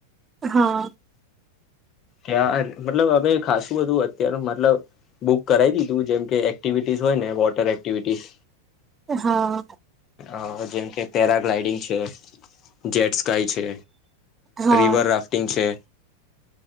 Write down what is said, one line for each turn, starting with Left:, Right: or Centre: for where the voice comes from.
Right: હા
Left: ત્યા મતલબ અમે ખાસું બધું અત્ય્યારે મતલબ બુક કરાવી દીધું જેમ કે એક્ટિવિટીસ હોય ને વોટર એક્ટિવિટીસ
Right: હા
Left: અ જેમ કે પેરાગ્લાઇડિંગ છે જેટસ ાય છે
Right: હા
Left: રિવર રાફ્ટિંગ છે.